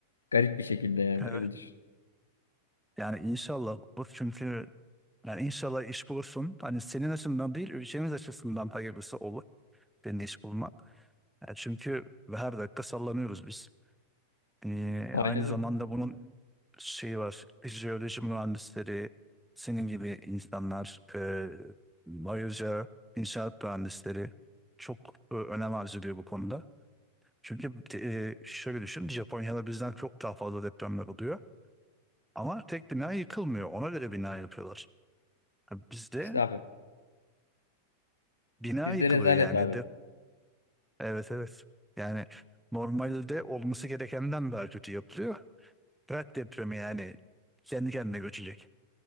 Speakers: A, on the left; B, in the centre.
A: Garip bir şekilde yani
B: hı.
A: öyle düşün.
B: Yani inşallah bu çünkü yani inşallah iş bulursun. Hani senin açısından değil ülkemiz açısından hayırlısı olur senin iş bulmak. Yani çünkü her dakika sallanıyoruz biz. Ee,
A: Aynen
B: aynı zamanda
A: öyle.
B: bunun şeyi var. Jeoloji mühendisleri, senin gibi insanlar, e, ayrıca inşaat mühendisleri çok e, önem arz ediyor bu konuda. Çünkü e, şöyle düşün, Japonya'da bizden çok daha fazla depremler oluyor. Ama tek bina yıkılmıyor. Ona göre bina yapıyorlar. Bizde
A: İşte abi.
B: bina
A: Bizde
B: yıkılıyor
A: rezalet
B: yani.
A: abi.
B: De, evet evet. Yani normalde olması gerekenden daha kötü yapılıyor. Prag depremi yani kendi kendine göçecek.